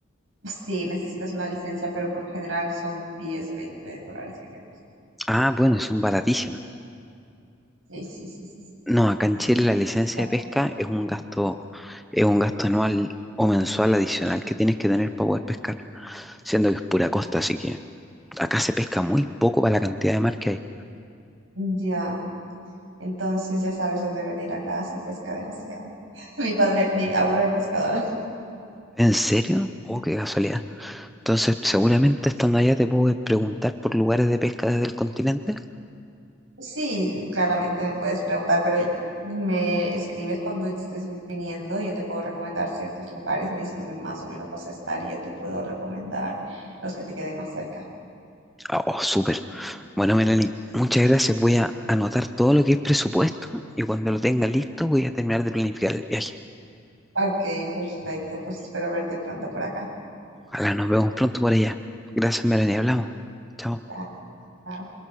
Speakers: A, on the right; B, in the centre.
A: sí, necesitas una licencia, pero por lo general son 10, 20 dólares que te cuesta.
B: Ah, bueno, son baratísimas.
A: Sí, sí, sí, sí, sí.
B: No, acá
A: Entonces,
B: en Chile la licencia
A: <laughs>
B: de pesca es un gasto, es un gasto anual o mensual adicional que tienes que tener para poder pescar, siendo que es pura costa, así que acá se pesca muy poco para la cantidad de mar que hay.
A: ya, entonces ya sabes dónde venir acá, se pesca demasiado. <laughs> Mi padre, mi abuelo era pescador.
B: ¿En serio? Oh, qué casualidad. Entonces, seguramente estando allá te puedo preguntar por lugares de pesca desde el continente.
A: Sí, claramente me puedes preguntar, pero me escribes cuando estés viniendo y yo te puedo recomendar ciertos lugares, me dices dónde más o menos vas a estar y yo te puedo recomendar los que te queden más cerca.
B: Ah, Oh, súper. Bueno, Melanie, muchas gracias. Voy a anotar todo lo que es presupuesto y cuando lo tenga listo voy a terminar de planificar el viaje.
A: Ok, perfecto, pues espero verte pronto por acá.
B: Ojalá nos vemos pronto por allá. Gracias, Melanie. Hablamos. Chao.
A: Dale, chao.